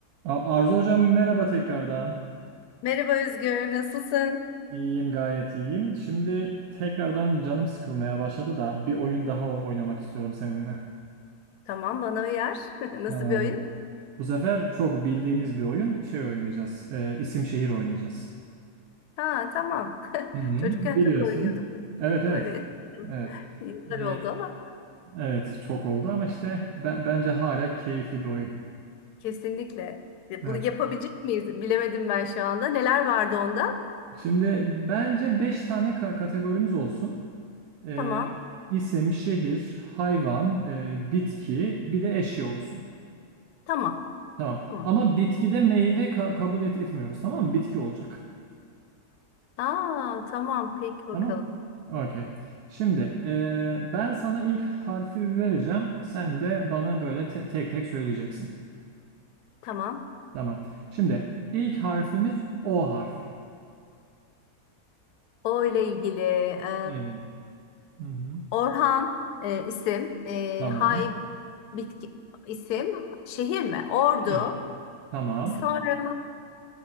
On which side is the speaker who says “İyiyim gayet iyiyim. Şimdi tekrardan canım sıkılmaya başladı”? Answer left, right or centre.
Right